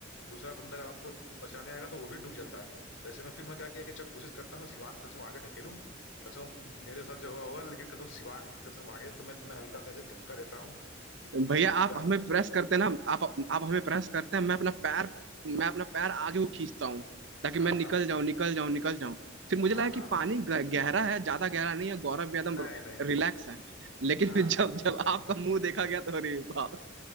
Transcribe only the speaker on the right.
भैया
आप
हमें प्रेस करते हैं ना आप आप हमें प्रेस करते हैं मैं अपना पैर मैं अपना पैर आगे को खींचता हूँ ताकि
मैं निकल
जाऊं निकल जाऊं निकल जाऊं फिर मुझे
लगा
कि पानी ग- गहरा है ज्यादा गहरा नहीं है गौरव भी एकदम
रिलैक्स है लेकिन
फिर जब
जब आपका
मुंह देखा गया तो अरे बाप